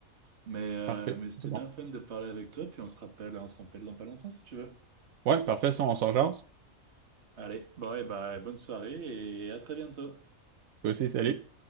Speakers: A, on the right (about 55°); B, on the right (about 80°).
A: Mais, euh,
B: Parfait.
A: mais c'était
B: C'est bon.
A: bien fun de parler avec toi, puis on se rappelle, on se rappelle dans pas longtemps si tu veux.
B: Ouais, c'est parfait. Ça, on s'en jase.
A: Allez, bon, et bah, bonne soirée et à très bientôt.
B: Toi aussi, salut.